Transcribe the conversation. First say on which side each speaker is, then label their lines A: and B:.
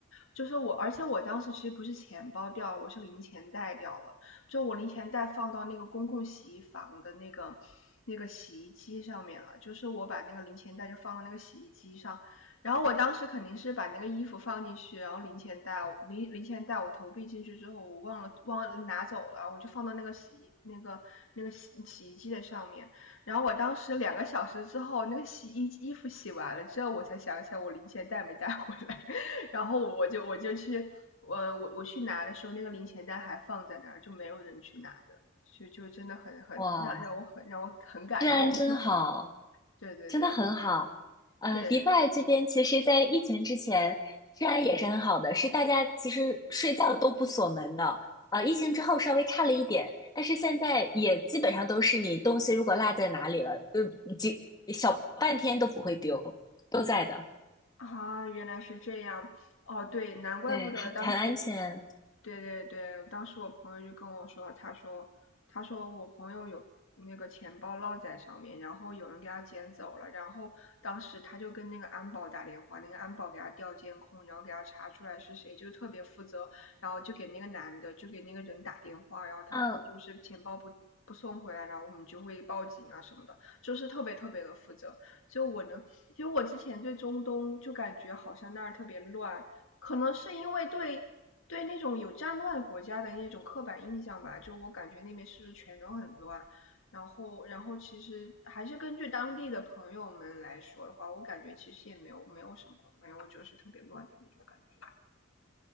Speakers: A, on the left (about 75°); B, on the left (about 20°).
A: 就是我，而且我当时其实不是钱包掉了，我是零钱袋掉了。就我零钱袋放到那个公共洗衣房的那个那个洗衣机上面了，就是我把那个零钱袋就放到那个洗衣机上，然后我当时肯定是把那个衣服放进去，然后零钱袋零零钱袋我投币进去之后，我忘了忘了拿走了，我就放到那个洗衣那个那个洗洗衣机的上面。然后我当时两个小时之后，那个洗衣衣服洗完了之后，我才想起来我零钱袋没带回来，<laughs> 然后我就我就去，我我我去拿的时候，那个零钱袋还放在那儿，就没有人去拿的，就就真的很很让让我很让我很感动。
B: 哇 <laughs>，治安真好，
A: <laughs> 对对对
B: 真的很好。呃，
A: 对对
B: 迪拜这边其实，在疫情之前，治安也是很好的，是大家其实睡觉都不锁门的。呃，疫情之后稍微差了一点，但是现在也基本上都是你东西如果落在哪里了，呃，几小半天都不会丢，都在的。
A: 啊，原来是这样哦，对，难怪不得当时
B: 对，很很安全。
A: 对对对，当时我朋友就跟我说，他说，他说我朋友有那个钱包落在上面，然后有人给他捡走了，然后当时他就跟那个安保打电话，那个安保给他调监控，然后给他查出来是谁，就是特别负责，然后就给那个男的，就给那个人打电话，然后他说就是钱包不不送回来，
B: 嗯，
A: 然后我们就会报警啊什么的，就是特别特别的负责。就我能，其实我之前对中东就感觉好像那儿特别乱，可能是因为对对那种有战乱国家的那种刻板印象吧，就我感觉那边是不是全都很乱？然后，然后其实还是根据当地的朋友们来说的话，我感觉其实也没有没有什么，没有就是特别乱的那种感觉。